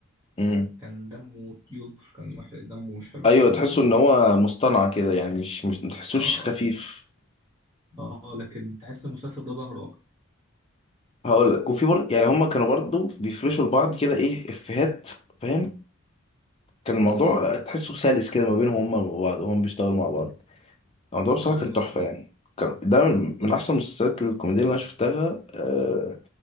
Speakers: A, on the left; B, on the right.
A: امم
B: كان دمه يلطش كان وحش دمه مش حلو
A: ايوه
B: خالص
A: تحسه
B: يعني
A: ان هو
B: كان
A: مصطنع كده يعني مش مش ما تحسوش
B: اه
A: خفيف
B: اه لكن تحس المسلسل ده ظهره اكتر
A: هقول لك وفي برضه يعني هما كانوا برضه بيفرشوا لبعض كده ايه افيهات فاهم كان الموضوع تحسه سلس كده ما بينهم هما وبعض وهم بيشتغلوا مع بعض الموضوع بصراحة
B: ايوه
A: كان
B: بالظبط
A: تحفة يعني كان ده من
B: بالظبط
A: من أحسن المسلسلات الكوميدية اللي أنا شفتها آه،